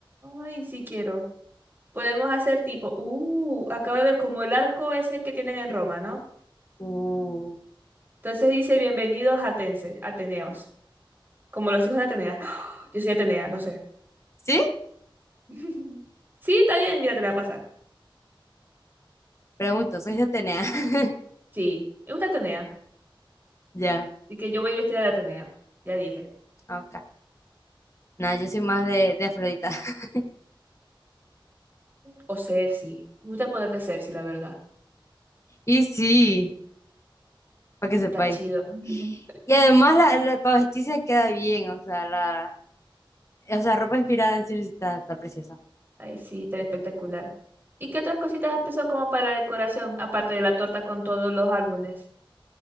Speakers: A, on the right (about 25°); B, on the left (about 35°).
A: Ay, sí quiero. Podemos hacer tipo, uh, acabo de ver como el arco ese que tienen en Roma, ¿no?
B: Uh.
A: Entonces dice, bienvenidos Atense, Ateneos, como los hijos de Atenea. ¡Ah! Yo soy Atenea, no sé.
B: ¿Sí?
A: <laughs> Sí, está bien, mira, te la voy a pasar.
B: Pregunto, soy de Atenea. <laughs>
A: Sí, me gusta Atenea,
B: Ya,
A: y que yo voy vestida de Atenea, ya dije.
B: ok. Nada, yo soy más de, de Afrodita. <laughs>
A: O Cersei, me gusta el poder de Cersei, la verdad.
B: Y sí, para que sepáis.
A: Está chido. Ujú.
B: Y además la, la- para vestirse queda bien, o sea, la, o sea, ropa inspirada en sí está, está preciosa.
A: Ay, sí, está espectacular. ¿Y qué otras cositas has pensado como para la decoración, aparte de la torta con todos los álbumes?